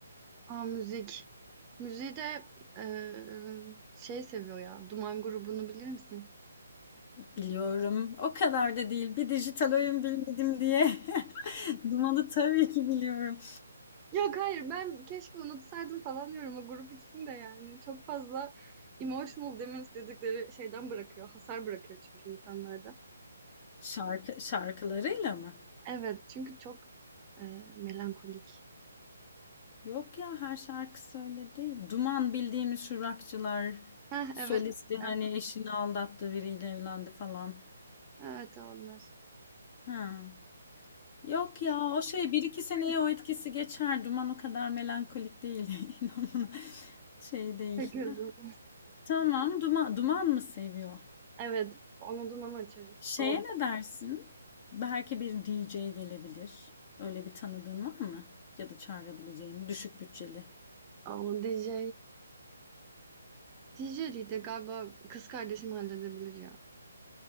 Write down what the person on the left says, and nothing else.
Biliyorum o kadar da değil bir dijital oyun bilmedim diye. <laughs> Dumanı tabii ki biliyorum.
Şarkı şarkılarıyla mı?
Yok ya her şarkısı öyle değil. Duman bildiğimiz şu rockçılar
solisti
hani
eşini aldattı biriyle evlendi falan.
Ha. Yok ya o şey bir iki seneye o etkisi geçer. Duman o kadar melankolik değil. <laughs> İnan bana. Şey değil.
Hah.
Tamam duman, duman mı seviyor?
Şeye
ne dersin? Belki bir DJ gelebilir. Öyle bir tanıdığın var mı? Ya da çağırabileceğin düşük bütçeli.